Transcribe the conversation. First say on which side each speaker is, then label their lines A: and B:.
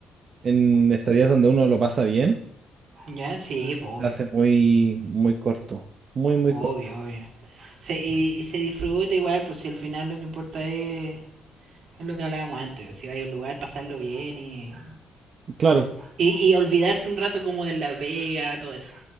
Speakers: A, on the right; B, on the right.
A: en estadías donde uno lo pasa bien.
B: Ya, sí, pues, obvio,
A: Se hace muy, muy corto. Muy, muy
B: obvio,
A: corto.
B: obvio. Se- y, y se disfruta igual, pues si al final lo que importa es, es lo que hablábamos antes, pues, si vais a un lugar, pasarlo bien y,
A: Claro,
B: y, y olvidarse un rato como de la pega, todo eso.